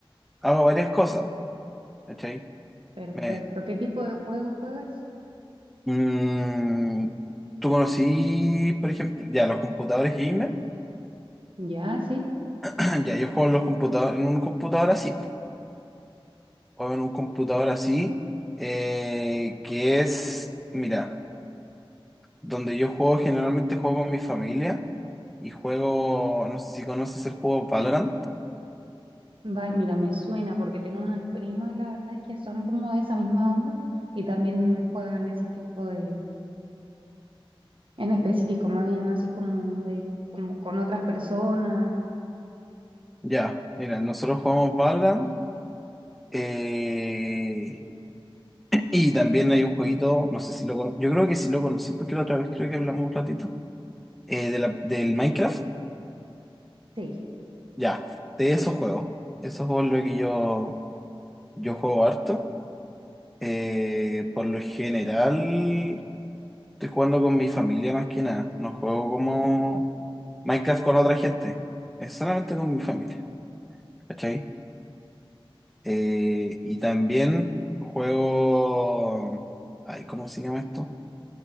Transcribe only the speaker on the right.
Perfecto.
¿Qué tipo de juego juegas?
Ya, sí.
Vale, mira, me suena porque tengo unas primas, la verdad, que son como de esa misma onda y también juegan ese tipo de, en específico, más bien así como de, como con otras personas.
Sí,
sí.